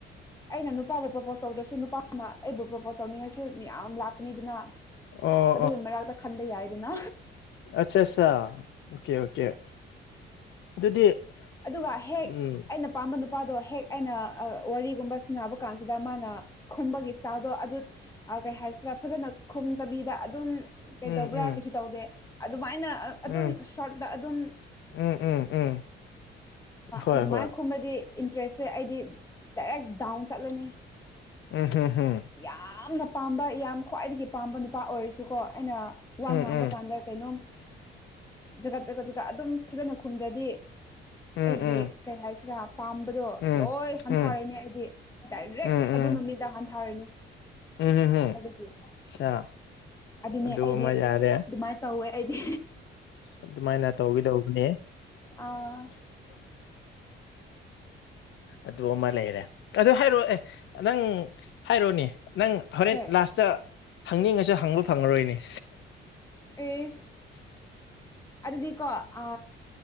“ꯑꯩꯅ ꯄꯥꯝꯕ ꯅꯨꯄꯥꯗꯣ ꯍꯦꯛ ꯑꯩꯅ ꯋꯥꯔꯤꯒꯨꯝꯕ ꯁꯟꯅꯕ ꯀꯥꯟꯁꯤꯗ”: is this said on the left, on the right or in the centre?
Left